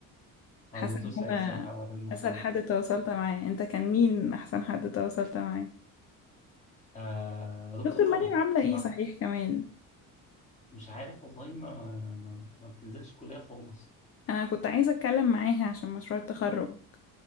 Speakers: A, on the left; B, on the left.
A: حاسة
B: اه دكتور
A: إن
B: سعيد
A: هو
B: الصراحه راجل محترم
A: أسهل حد
B: أوي.
A: تواصلت معاه أنت كان مين أحسن حد تواصلت معاه؟
B: آه دكتور
A: دكتور
B: كرم
A: مريم عاملة
B: الصراحه
A: ايه صحيح كمان
B: مش عارف والله ما ما, ما ما بتنزلش كليه خالص
A: انا كنت عايزة اتكلم معاها عشان مشروع التخرج